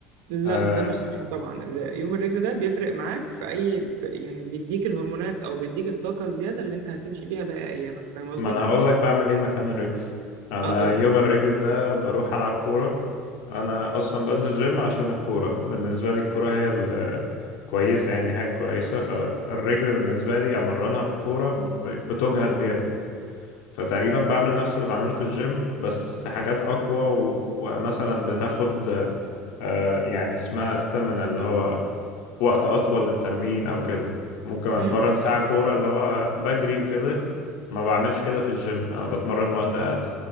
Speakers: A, on the right (about 80°); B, on the left (about 75°).
A: لا
B: آه،
A: ده مش صح طبعا ال- يوم الرجل ده بيفرق معاك في اي في يعني بيديك الهرمونات او بيديك الطاقه الزياده اللي انت هتمشي بيها باقي ايامك فاهم قصدي
B: ما انا هقول لك بعمل ايه مكان الرجل انا
A: اه قول
B: يوم
A: لي
B: الرجل ده بروح العب كوره انا اصلا بنزل جيم عشان الكوره بالنسبه لي الكوره هي ال- كويسه يعني حاجه كويسه فالرجل بالنسبه لي امرنها في الكوره ب- بتجهد جامد فتقريبا بعمل نفس اللي بعمله في الجيم بس حاجات اقوى و... ومثلا بتاخد آه يعني اسمها استامينا اللي هو وقت أطول للتمرين أو كده ممكن أتمرن
A: امم
B: ساعة كورة اللي هو بجري وكده ما بعملش كده في الجيم أنا بتمرن وقت أقل